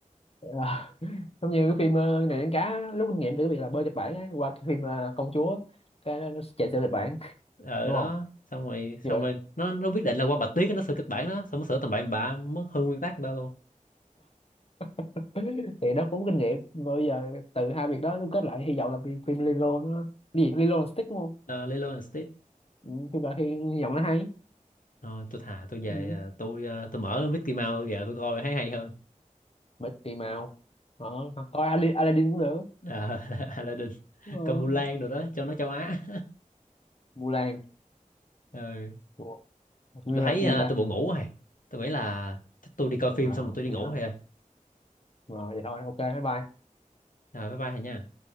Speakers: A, on the left; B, on the left.
A: à, <laughs> giống như cái phim ờ, này đánh cá lúc kinh nghiệm từ cái việc là bơi kịch bản á, qua cái phim ờ, công chúa cái nó, nó chạy theo kịch bản
B: ờ
A: đúng
B: đó
A: không
B: xong rồi xong
A: như vậy
B: rồi nó nó quyết định là qua bạch tuyết nó sửa kịch bản đó xong nó sửa tầm bậy bạ mất hư nguyên tắc đó luôn
A: <laughs> thì nó cũng kinh nghiệm mà bây giờ từ hai việc đó đúc kết lại hy vọng là phim, phim Lilo nó cái gì Lilo là stick đúng không
B: uh, Lilo and Stitch
A: ừ, phim là hy, hy vọng nó hay
B: Thôi tôi thà tôi về
A: ừ.
B: ờ, tôi ờ, tôi mở Mickey Mouse tôi về tôi coi thấy hay hơn.
A: bởi tùy màu đó, coi Aladdin, Aladdin cũng được
B: Ờ, <laughs> Aladdin,
A: ờ,
B: Công Vu rồi đó cho nó châu Á.
A: Mulan
B: Ừ.
A: Ủa, Miu
B: Tôi thấy
A: làm cái
B: ờ,
A: gì ta?
B: tôi buồn ngủ rồi. Tôi nghĩ là chắc tôi đi coi
A: Wow,
B: phim xong rồi tôi đi
A: vậy
B: ngủ
A: không?
B: thôi.
A: Rồi, vậy thôi, ok, bye bye.
B: Rồi bye bye thầy nha.